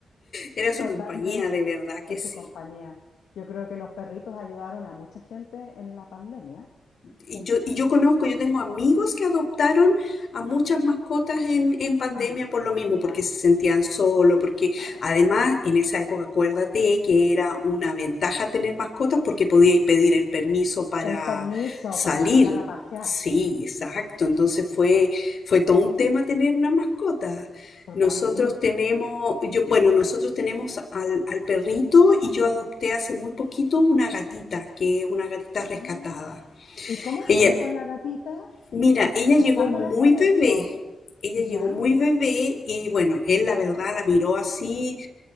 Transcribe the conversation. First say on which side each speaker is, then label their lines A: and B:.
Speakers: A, on the left (about 65°); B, on the left (about 80°).
A: Era su
B: Totalmente,
A: compañía, de verdad que
B: en
A: sí.
B: su compañía. Yo creo que los perritos ayudaron a mucha gente en la pandemia.
A: Y yo, y yo conozco, yo tengo amigos que adoptaron a muchas mascotas en, en pandemia
B: Ah,
A: por lo mismo, porque
B: claro,
A: se sentían solo, porque
B: claro.
A: además en esa época acuérdate que era una ventaja tener mascotas porque podíais pedir el permiso para
B: El permiso
A: salir.
B: para sacar a pasear.
A: Sí, exacto. Entonces
B: Sí,
A: fue,
B: po,
A: fue todo un tema tener una mascota.
B: totalmente.
A: Nosotros tenemos, yo, bueno, nosotros tenemos al, al perrito y yo adopté hace muy poquito una gatita, que es una gatita rescatada.
B: Ah, ¿Y cómo te
A: Ella,
B: fue con la gatita?
A: Mira,
B: Yo estoy
A: ella
B: pensando
A: llegó muy
B: en hacer
A: bebé.
B: eso.
A: Ella
B: ¿Ya?
A: llegó muy bebé y bueno, él la verdad la miró así,